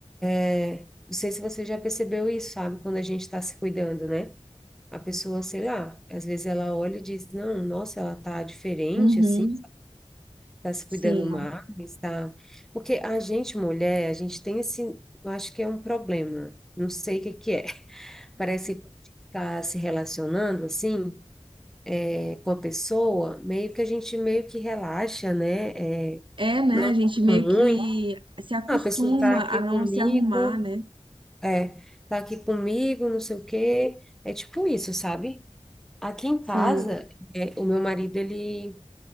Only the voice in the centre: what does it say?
É, Não sei se você já percebeu isso, sabe? Quando a gente está se cuidando, né? A pessoa, sei lá, às vezes ela olha e diz, não, nossa, ela tá diferente,
assim, tá se
cuidando mais, tá... Porque a gente, mulher, a gente tem esse, eu acho que é um problema, não sei o que que é. <laughs> Parece que tá se relacionando, assim, é, com a pessoa, meio que a gente meio que relaxa, né? É,
não
é
muito,
ah, a pessoa tá aqui
comigo...
É, tá aqui comigo, não sei o quê. É tipo isso, sabe? Aqui em
casa, é, o meu marido, ele,